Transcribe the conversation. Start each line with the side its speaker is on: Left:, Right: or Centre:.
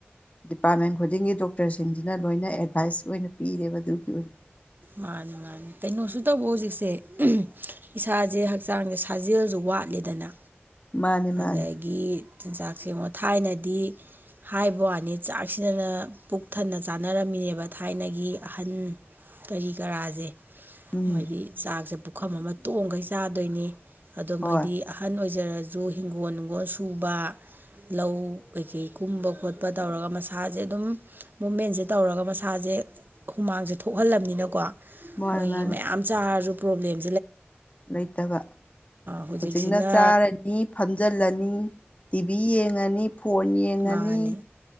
Left: ꯗꯤꯄꯥꯔꯠꯃꯦꯟ ꯈꯨꯗꯤꯡꯒꯤ ꯗꯣꯛꯇꯔꯁꯤꯡꯁꯤꯅ ꯂꯣꯏꯅ ꯑꯦꯗꯚꯥꯏꯁ ꯑꯣꯏꯅ ꯄꯤꯔꯦꯕ ꯑꯗꯨꯒꯤ ꯑꯣꯏꯅ
Right: ꯃꯥꯅꯤ ꯃꯥꯅꯤ ꯀꯩꯅꯣꯁꯨ ꯇꯧꯕ ꯍꯧꯖꯤꯛꯁꯦ ꯏꯁꯥꯁꯦ ꯍꯛꯆꯥꯡꯁꯦ ꯁꯥꯖꯦꯜꯁꯨ ꯋꯥ ꯍꯥꯠꯂꯤꯦꯗꯅ
Left: ꯃꯥꯅꯦ ꯃꯥꯅꯦ
Right: ꯑꯗꯒꯤ ꯆꯤꯟꯖꯥꯛꯁꯦ ꯑꯃꯉ ꯊꯥꯏꯅꯗꯤ ꯍꯥꯏꯕ ꯋꯥꯅꯤ ꯆꯥꯛꯁꯤꯗꯅ ꯄꯨꯛ ꯊꯟꯅ ꯆꯥꯅꯔꯝꯃꯤ ꯑꯩꯣꯏꯅꯦꯕ ꯊꯥꯏꯅꯒꯤ ꯑꯍꯟ ꯀꯔꯤ ꯀꯔꯥꯁꯦ
Left: ꯎꯝ
Right: ꯃꯣꯏꯗꯤ ꯆꯥꯛꯁꯦ ꯄꯨꯈꯝ ꯑꯃ ꯇꯣꯡꯈꯩ ꯆꯥꯗꯣꯏꯅꯤ ꯑꯗꯣ
Left: ꯍꯣꯏ
Right: ꯃꯣꯏꯗꯤ ꯑꯍꯟ ꯑꯣꯏ ꯖꯨ ꯍꯤꯡꯒꯣꯜ ꯅꯨꯡꯒꯣꯜ ꯁꯨꯕ ꯂꯧ ꯀꯩꯀꯩ ꯀꯨꯝꯕ ꯈꯣꯠꯄ ꯇꯧꯔꯒ ꯃꯁꯥꯁꯦ ꯑꯗꯨꯝ ꯃꯨꯞꯃꯦꯟꯁꯦ ꯇꯧꯔꯒ ꯃꯁꯥꯁꯦ ꯍꯨꯃꯥꯡꯍꯕꯅꯤꯅ
Left: ꯃꯥꯅꯦ
Right: ꯃꯣꯏ
Left: ꯃꯥꯅꯦ
Right: ꯃꯌꯥꯝ ꯆꯥꯔꯁꯨꯣꯕꯂꯦꯝ
Left: ꯂꯩꯇꯕ
Right: ꯍꯧꯖꯤꯛꯁꯤꯅ
Left: ꯍꯧꯖꯤꯛꯅ ꯆꯥꯔꯅꯤ ꯐꯝꯖꯤꯜꯂꯅꯤ ꯇꯤꯚꯤ ꯌꯦꯡꯉꯅꯤ ꯐꯣꯟ ꯌꯦꯡꯉꯅꯤ
Right: ꯃꯥꯅꯤ